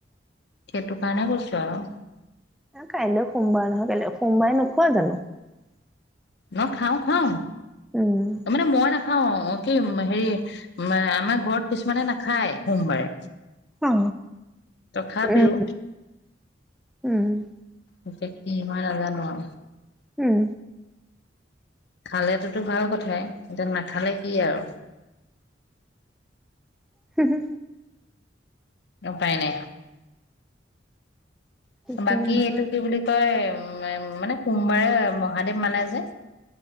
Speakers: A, on the left; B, in the centre.
A: সেইটো কাৰণে কৈছোঁ আৰু
B: কাইলৈ সোমবাৰ নহয় কা সোমবাৰে নোখোৱা জানো <unintelligible>
A: ন খাওঁ খাওঁ
B: উম
A: মানে মই না খাওঁ কি হেৰি আমাৰ ঘৰত কিছুমানে নাখায় সোমবাৰে
B: অ
A: তথাপিও
B: উম উম
A: এতিয়া কি হয় নাজানো আৰু
B: উম
A: খালেতোতো ভাল কথাই এতিয়া নাখালে কি আৰু
B: <unintelligible> হু হু
A: উপায় নাই।
B: কি কৰিবা
A: বাকী এইটো কি বুলি কয় উ মানে সোমবাৰে মহাদেৱ মানে যে,